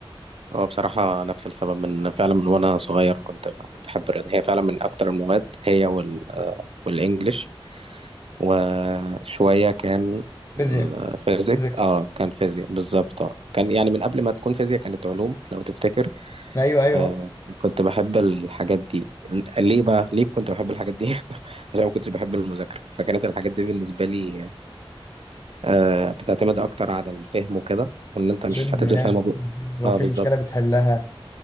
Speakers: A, on the right; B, on the left.
A: اه بصراحة نفس السبب من فعلا من وانا صغير كنت بحب الرياضة هي فعلا من اكتر المواد هي وال آه، والانجليش وشوية كان
B: فيزياء
A: آه، فيزيك
B: فيزيكس
A: اه كان فيزياء بالظبط اه كان يعني من قبل ما تكون فيزياء كانت علوم لو تفتكر
B: ايوه ايوه
A: آه كنت بحب الحاجات دي ل- ليه بقى ليه كنت بحب الحاجات دي <laughs> عشان ما كنتش بحب المذاكرة فكانت الحاجات دي بالنسبة لي آه بتعتمد اكتر على الفهم وكده وان انت مش
B: شيل الدماغ
A: هتبذل فيها مجهود
B: لو
A: اه
B: في
A: بالظبط
B: مشكله بتحلها